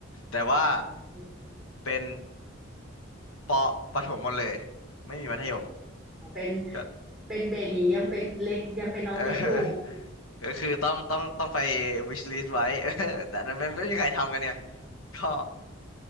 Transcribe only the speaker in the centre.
อืม
อ๋อเป็น
เป็นเบบียังเป็นเล็กยังเป็นน้องเล็กอยู่